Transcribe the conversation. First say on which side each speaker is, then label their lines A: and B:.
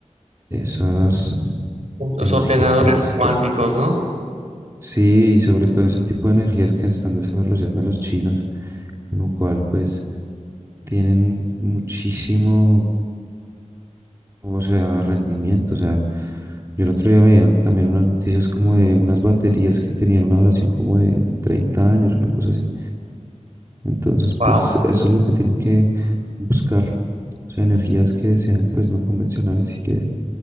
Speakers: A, on the right (about 25°); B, on the right (about 65°).
A: esas
B: Los
A: energías
B: ordenadores
A: que han desarrollado.
B: cuánticos, ¿no?
A: Sí, y sobre todo ese tipo de energías que están desarrollando los chinos, en lo cual pues tienen muchísimo, o sea, rendimiento. O sea, yo el otro día veía también unas noticias como de unas baterías que tenían una duración como de 30 años, una cosa así. Entonces,
B: Wow.
A: pues eso es lo que tienen que buscar. O sea, energías que sean pues no convencionales y que